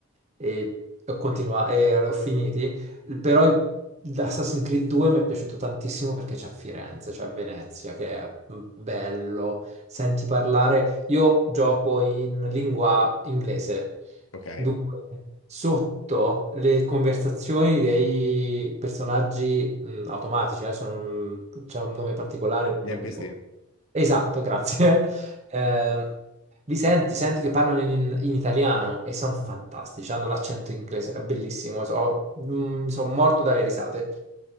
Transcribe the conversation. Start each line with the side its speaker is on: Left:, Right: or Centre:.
Right: e ho continuato, e li ho finiti, però il- Assassin's Creed 2 mi è piaciuto tantissimo perché c'è a Firenze, c'è a Venezia, che è mm, bello. Senti parlare, io gioco in lingua inglese,
Left: Ok,
Right: dunque sotto le conversazioni dei personaggi mm, automatici, adesso non- c'è un nome particolare,
Left: gli
Right: non
Left: NPC.
Right: mi ricordo. Esatto, grazie. <laughs> Eh, li senti, senti che parlano in, in italiano e sono fantastici, hanno l'accento inglese, è bellissimo, so- mm, mi sono morto dalle risate,